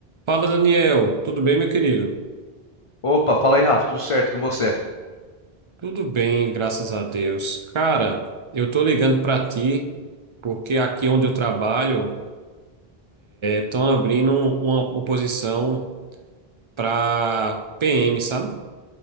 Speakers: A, on the right; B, on the left.
A: Fala, Daniel. Tudo bem, meu querido?
B: Opa, fala aí, Rafa, tudo certo com você?
A: Tudo bem, graças a Deus. Cara, eu tô ligando pra ti porque aqui onde eu trabalho estão abrindo uma oposição pra PM, sabe?